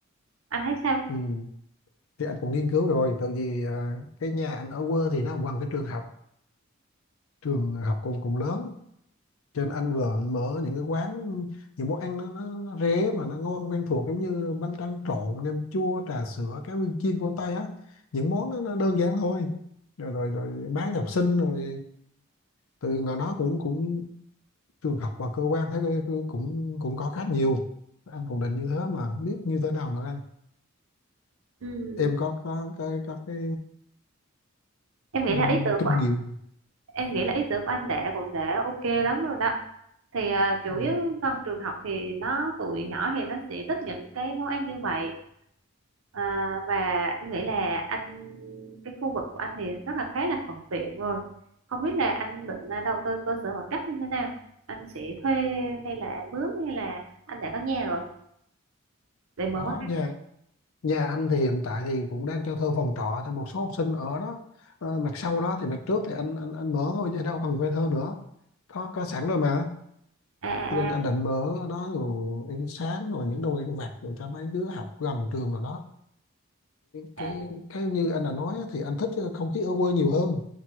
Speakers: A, on the right; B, on the left.
A: Anh thấy sao?
B: ừ. thì anh cũng nghiên cứu rồi tại vì à, cái nhà anh ở quê thì nó gần cái trường học trường học cũng cũng lớn cho nên anh vợ mở những cái quán những món ăn nó, nó, nó rẻ mà nó ngon quen thuộc giống như bánh tráng trộn nem chua trà sữa cá viên chiên của Tây á những món đó nó đơn giản thôi rồi rồi, rồi bán cho học sinh rồi từ ngoài đó cũng cũng trường học và cơ quan thấy cái- cái cũng cũng có khách nhiều anh cũng định như thế mà không biết như thế nào nữa đây
A: Ừm,
B: em có có cái có cái
A: em nghĩ
B: ừm,
A: là ý tưởng
B: kinh
A: của
B: nghiệm
A: em nghĩ là ý tưởng của anh đã cũng đã ok lắm rồi đó thì à, chủ
B: ừm,
A: yếu gần trường học thì nó tụi nhỏ thì nó sẽ thích những cái món ăn như vậy à, và em nghĩ là anh cái khu vực của anh thì rất là khá là thuận tiện rồi không biết là anh định à, đầu tư cơ sở vật chất như thế nào anh sẽ thuê hay là mướn hay là anh đã có nhà rồi để
B: đó
A: mở món ăn
B: nha Nhà anh thì hiện tại thì cũng đang cho thuê phòng trọ cho một số học sinh ở đó. Ờ, mặt sau đó thì mặt trước thì anh anh anh mở thôi chứ đâu cần thuê thơ nữa. Có có sẵn rồi mà.
A: à
B: Cho nên
A: à
B: anh định mở ở đó rồi ăn sáng rồi những đồ ăn vặt rồi cho mấy đứa học gần trường rồi đó.
A: à,
B: Cái
A: à,
B: cái như anh đã nói á, thì anh thích cái không khí ở quê nhiều hơn.